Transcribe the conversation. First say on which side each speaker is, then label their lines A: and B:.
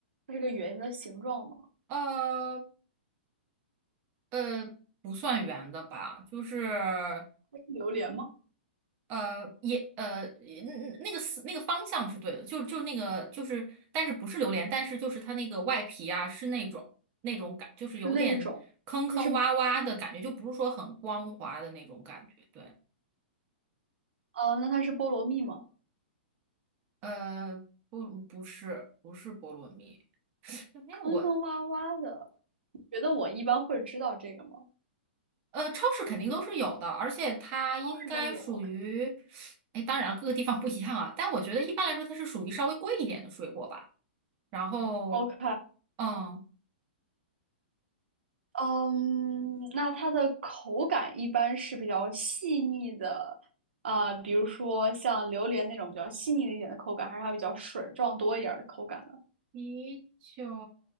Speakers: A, on the right (about 80°); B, on the right (about 30°).
A: 它是个圆的形状吗？
B: 呃呃，不算圆的吧，就是。
A: 它是榴莲吗？
B: 呃，也呃，那那个思那个方向是对的，就就那个就是，但是不是榴莲，但是就是它那个外皮啊，是那种那种感，就是有点坑坑洼洼的感觉，
A: 是那种。嗯。
B: 就不是说很光滑的那种感觉。对，
A: 哦，那它是菠萝蜜吗？
B: 呃，不不是不是菠萝蜜，哎，
A: 坑坑洼洼的，
B: 我
A: 你觉得我一般会知道这个吗？
B: 呃超市肯定都是有的，而且它应该属于，
A: 超市都有，OK
B: 哎，当然了各个地方不一样啊，但我觉得一般来说它是属于稍微贵一点的水果吧，然后。
A: OK，
B: 嗯，
A: 嗯，那它的口感一般是比较细腻的，啊、比如说像榴莲那种比较细腻一点的口感，还是它比较水状多一点的口感呢？
B: 啤酒，